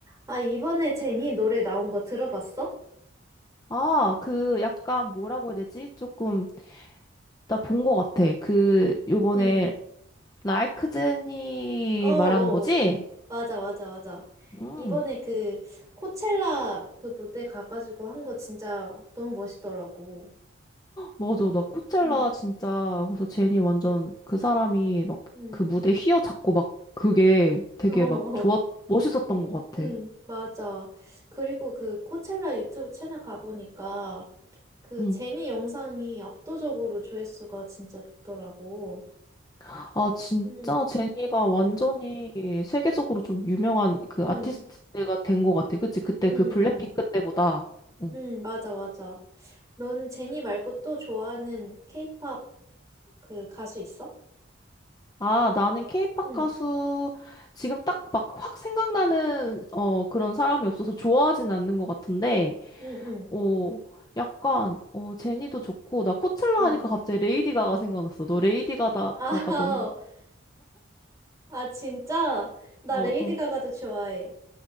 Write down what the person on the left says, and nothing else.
아, 그 약간 뭐라고 해야 되지? 조금 나 본 것 같아. 그 요번에
라이크제니
말하는 거지?
음,
맞아. 나 코첼라
진짜 그래서 제니 완전 그 사람이 막
그 무대 휘어잡고 막 그게 되게
막 좋았 멋있었던 것 같아.
음.
아, 진짜
제니가
완전히
세계적으로 좀 유명한 그
아티스트가 된 것 같아. 그치? 그때
그 블랙핑크
때보다. 어.
아, 나는 케이팝
가수 지금 딱 막 확 생각나는 어 그런 사람이 없어서 좋아하진 않는 것 같은데
어 약간 어 제니도 좋고 나 코첼라
하니까 갑자기 레이디 가가 생각났어. 너 레이디 가다
가가도
어
어.